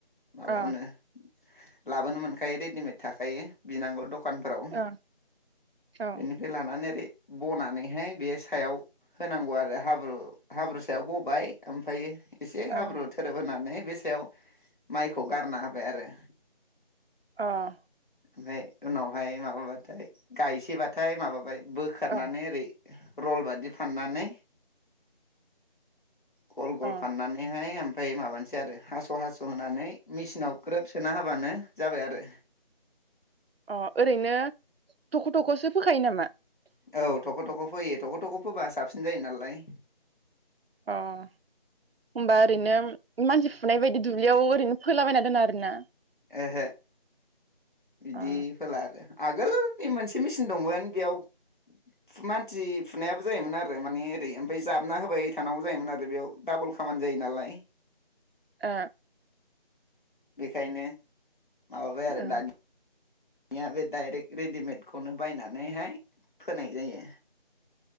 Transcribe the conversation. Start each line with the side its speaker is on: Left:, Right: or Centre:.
Left: माबायावनो
Right: अ
Left: लाबोनो मोनखायो रेडिमेड थाखायो बिनांगौल' दख खानफोराव।
Right: अ औ
Left: बिनिफाय लानानै ओरै बनानैहाय बे सायाव होनांगौ आरो हाब्रु हाब्रु सायाव बबाय ओमफायो एसे हाब्रु
Right: अ
Left: थोरोब होनानै बे सायाव माइखौ गारना होबाय आरो।
Right: अह।
Left: ओमफाय उनावहाय माबा बाथाय गायसै बाथाय माबाबाय बोखारनानै
Right: अ
Left: ओरै रल बादि फाननानै गल गल
Right: अ
Left: फाननानैहाय ओफ ओमफाय माबानोसै आरो हास' हास' होनानै मेसिनाव ग्रोब सोना होबानो जाबाय आरो
Right: अ ओरैनो थख' थख'सो फोखायो नामा?
Left: औ थख' थख' फोयो। थख' थख' फोबा साबसिन जायो नालाय।
Right: अ होमबा ओरैनो मानसि फुनाय बायद बे दुब्लियाव ओरैनो फोलाबायना दोना आरोना?
Left: ओहो इदि
Right: अ
Left: फोला आरो आगोलनि मोनसे मेचिन दंमोन बेयाव मानसि फुनायाबो जायोमोन आरो माने ओरै ओमफाय जाबना होबाय थानांगौ जायोमोन आरो बेयाव डाबल खामानि जायो नालाय।
Right: ओ
Left: बेखायनो माबाबाय आरो
Right: ओ
Left: दानि या बे दायरेक्ट रेडिमेडखौनो बायनानैहाय फोनाय जायो।